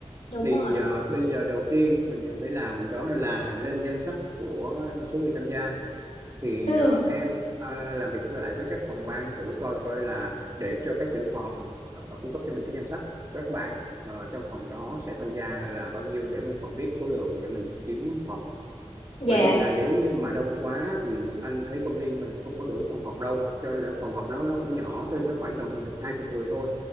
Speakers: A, on the left; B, on the right.
A: đúng
B: thì
A: rồi
B: ờ, bây giờ đầu tiên mình cần phải làm đó là lên danh sách của số người tham gia thì
A: ừ
B: ờ, em ờ, làm việc với lại với các phòng ban thử coi coi là để cho các trưởng phòng ờ, cung cấp cho mình cái danh sách các bạn ờ, trong phòng đó sẽ tham gia là bao nhiêu để mình còn biết số lượng để mình kiếm phòng
A: dạ
B: bởi vì là nếu như mà đông quá thì anh thấy công ty mình không có đủ phòng học đâu cho nên ờ, phòng học đó nó cũng nhỏ thôi nó khoảng tầm được hai chục người thôi